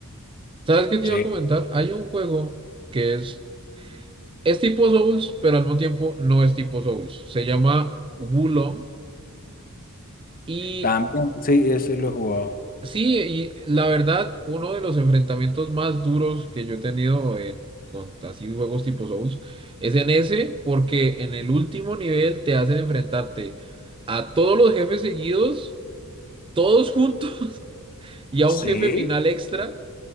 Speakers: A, on the right; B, on the left.
A: ¿Sabes qué te
B: Sí,
A: iba a comentar? Hay un juego que es Es tipo Souls, pero al mismo tiempo no es tipo Souls. Se llama Wulong. Y
B: también, sí, ese lo he jugado.
A: sí, y la verdad, uno de los enfrentamientos más duros que yo he tenido en, con así juegos tipo Souls es en ese, porque en el último nivel te hacen enfrentarte a todos los jefes seguidos, todos juntos, <laughs> y a un
B: Sí.
A: jefe final extra.